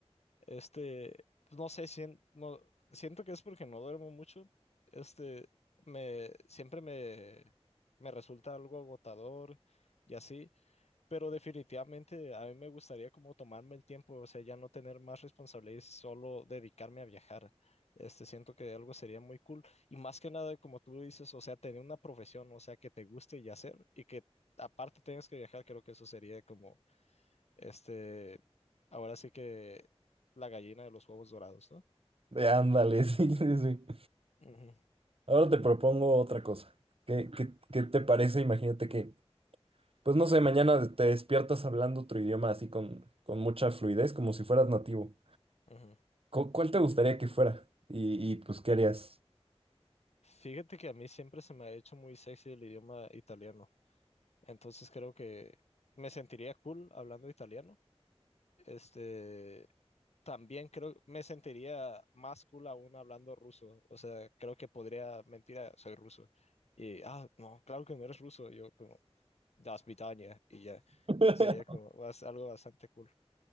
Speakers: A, on the left; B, on the right.
A: este, pues, no sé, si no, siento que es porque no duermo mucho, este, me, siempre me, me resulta algo agotador y así, Pero definitivamente a mí me gustaría como tomarme el tiempo, o sea, ya no tener más responsabilidades, solo dedicarme a viajar. Este, siento que algo sería muy cool. Y más que nada, como tú dices, o sea, tener una profesión, o sea, que te guste y hacer, y que aparte tengas que viajar, creo que eso sería como, este, ahora sí que la gallina de los huevos dorados, ¿no?
B: Eh, Ándale, <laughs> sí, sí, sí.
A: Ujú,
B: Ahora te propongo otra cosa. ¿Qué, qué, qué te parece? Imagínate que, pues no sé, mañana te despiertas hablando otro idioma así con, con mucha fluidez, como si fueras nativo.
A: ujú.
B: ¿Cu- ¿Cuál te gustaría que fuera? Y, y pues, ¿qué harías?
A: Fíjate que a mí siempre se me ha hecho muy sexy el idioma italiano, entonces creo que me sentiría cool hablando italiano. Este, también creo, me sentiría más cool aún hablando ruso. O sea, creo que podría mentir, a- soy ruso. Y, ah, no, claro que no eres ruso. Yo como, das Vidania, y ya.
B: <laughs>
A: Sería como bas- algo bastante cool.